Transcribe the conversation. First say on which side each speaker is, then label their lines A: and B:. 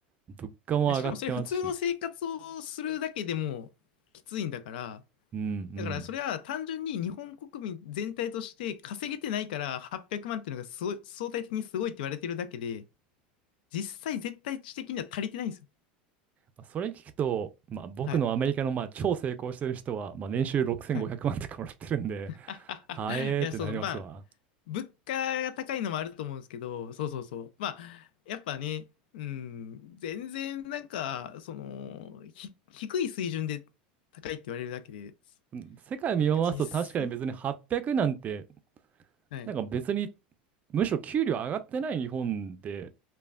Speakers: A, on the right; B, on the left.
A: 物価も上がってますし、
B: いやしかもそれ普通の生活をするだけでもきついんだから、
A: うんうん。
B: だからそれは単純に日本国民全体として稼げてないから800万っていうのがすごい、相対的にすごいって言われてるだけで、実際絶対値的には足りてないんですよ。
A: まあそれ聞くと、まあ、僕のアメリカのまあ超成功してる人は、
B: はい。
A: まあ、年収6500万とかもらってるんで、
B: はい。<laughs>
A: はえーってなりますわ。
B: いや、そう、まあ、物価が高いのもあると思うんですけど、そうそうそう。まあ、やっぱね、うん、全然なんか、その、ひ、低い水準で高いって言われるだけで、
A: うん世界見回すと確かに別に800なんて、
B: なんか実際、はい
A: なんか別に、むしろ給料上がってない日本で、